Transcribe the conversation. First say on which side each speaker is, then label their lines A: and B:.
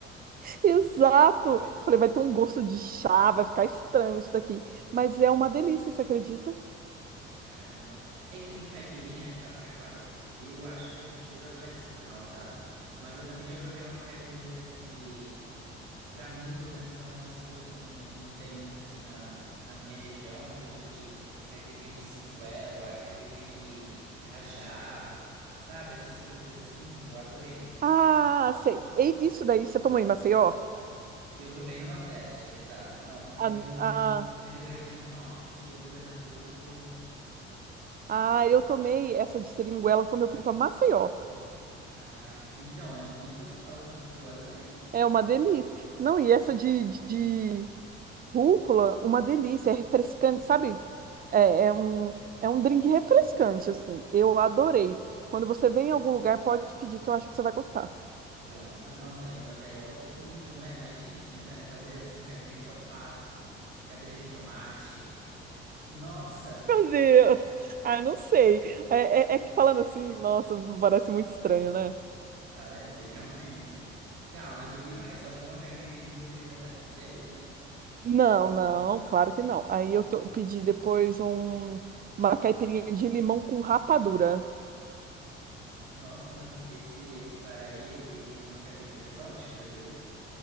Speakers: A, on the right (about 30°); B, on the right (about 80°).
A: exato. Falei, vai ter um gosto de chá, vai ficar estranho isso daqui. Mas é uma delícia, você acredita?
B: Caramba. Aí também caipirinha fica. Ah, claro, eu acho que eu prefiro a tradicional, sabe? Mas eu também já provei umas caipirinhas assim de. Pra mim, pelo menos, são umas frutas que não, que não tem muito assim na, na minha região. Então, tipo de caipirinha de siriguela, caipirinha de cajá, sabe? Essas frutas assim, eu adorei.
A: Ah, sei. E isso daí você tomou em Maceió?
B: Eu também no Nordeste, exato. Não, foi
A: Ah,
B: em, no Rio Grande do Norte ou em Pernambuco.
A: Ah, eu tomei essa de seringuela quando eu fui para Maceió.
B: Caraca. Então, é muito gostosa. Eu adorei.
A: É uma delícia. Não, e essa de, de rúcula, uma delícia, é refrescante, sabe? É, é um, é um drink refrescante, assim. Eu adorei. Quando você vem em algum lugar, pode pedir, que eu acho que você vai gostar.
B: Então, tá. Nossa, aí, mas aí é outro nível, né? Imagina eles começarem a fazer assim, caipirinha de alface, caipirinha de tomate. Nossa,
A: Meu Deus! Ah, não sei. É, é, é que falando assim, nossa, parece muito estranho, né?
B: parece <laughs> realmente. Tá, mas e o que mais? Só tomar uma caipirinha de rúcula e já tá desse jeito?
A: Não, não, claro que não. Aí eu to- pedi depois um, uma caipirinha de limão com rapadura.
B: Nossa, mas esse esse bar aí, ele, ele tem umas caipirinhas exóticas, viu?